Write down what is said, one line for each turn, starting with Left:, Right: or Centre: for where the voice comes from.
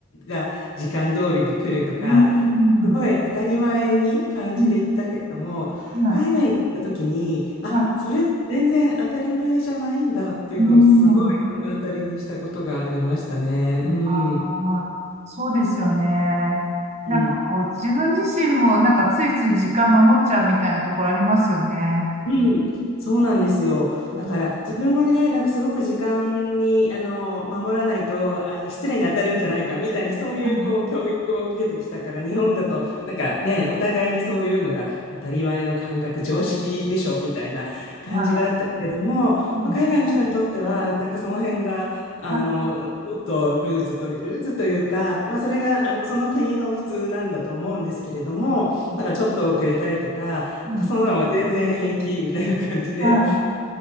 Left: が時間通りに来るとか、
Right: い。うん、うん、
Left: すごい当たり前に感じていったけれども、
Right: うんは
Left: 海外に行った時に、あ、
Right: い、は
Left: それって全然当たり前じゃないんだっていうのをすごい目の当たりにしたことがありましたね。
Right: い。うん。
Left: う
Right: あーそうですよね。
Left: ん。うん
Right: なんかこう、自分自身もなんかついつい時間守っちゃうみたいなところありますよね。
Left: うん、そうなんですよ。
Right: うん、
Left: だから自分もね、なんかすごく時間にあの守らないとあ失礼に当たるんじゃないかみたいなそういうこう教育を受けてきたから日本だとなんかね、
Right: はい、
Left: お互いにそういうのが当たり前の感覚、常識でしょみたいな感じがあったけれども、
Right: は
Left: まあ、
Right: い。うん
Left: 海外の人にとってはなんかその辺があのもっとルーズと、
Right: はい
Left: ルーズというか、まあ、それがあのその国の普通なんだと思うんですけれども、
Right: うん
Left: なんかちょっと遅れたりとかなんかそんなのが全然平気みたいな感じで、
Right: うんうん、